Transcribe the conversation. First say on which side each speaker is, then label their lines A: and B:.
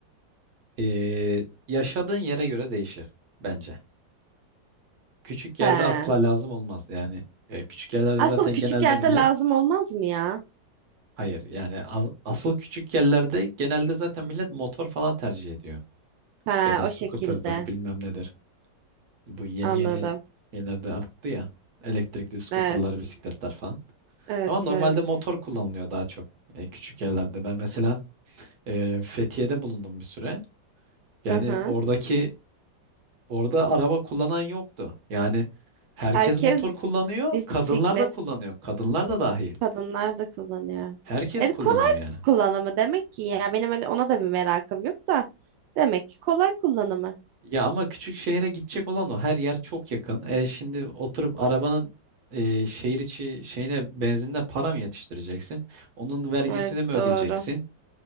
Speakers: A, on the right (about 60°); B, on the right (about 85°).
A: Ee, yaşadığın yere göre değişir bence. Küçük yerde
B: He.
A: asla lazım olmaz yani e, küçük yerlerde
B: Aslında
A: zaten
B: küçük
A: genelde
B: yerde
A: millet
B: lazım olmaz mı ya?
A: hayır yani as- asıl küçük yerlerde genelde zaten millet motor falan tercih ediyor
B: He,
A: ya da
B: o
A: scooter'dır
B: şekilde.
A: bilmem nedir. Bu yeni
B: Anladım.
A: yeni şeylerde arttı ya elektrikli scooter'lar
B: Evet.
A: bisikletler falan
B: Evet,
A: ama normalde
B: evet.
A: motor kullanılıyor daha çok e, küçük yerlerde. Ben mesela e, Fethiye'de bulundum bir süre. Yani
B: Hı hı.
A: oradaki Orada araba kullanan yoktu. Yani herkes
B: Herkes
A: motor kullanıyor,
B: bisiklet
A: kadınlar da kullanıyor. Kadınlar da dahil.
B: kadınlar da kullanıyor.
A: Herkes
B: E,
A: kullanıyor
B: kolay
A: yani.
B: kullanımı demek ki ya benim öyle ona da bir merakım yok da demek ki kolay kullanımı.
A: Ya ama küçük şehre gidecek olan o. Her yer çok yakın. E şimdi oturup arabanın e, şehir içi şeyine benzinine para mı yetiştireceksin? Onun vergisini
B: Evet
A: mi ödeyeceksin?
B: doğru.